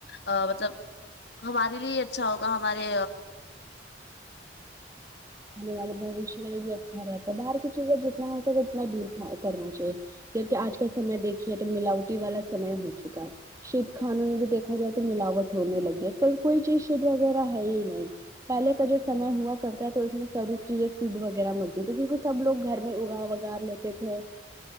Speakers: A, on the left (about 65°); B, on the right (about 20°).
A: ا مطلب ہمارے لیے اچھا ہوگا ہمارے
B: آنے والے بھشیہ میں بھی اچھا رہتا ہے باہر کی چیزیں جتنا ہوتا اتنا دور کرنا چاہیے کیونکہ آج کال سمے دیکھیے تو ملاوٹی والا سمے ہو چکا ہے شھ کھانوں میں بھی دیکھا جائے تو ملاوٹ ہونے لگ گی کوئی چیز شھ وغیرہ ہے ہی نہیں پہلے کا جو سمے ہوا کرتا تو اس میں ساری چیزیں شدھ وغیرہ ملتی تھی کیونکہ سب لوگ گھر میں اگا وگا لیتے تھے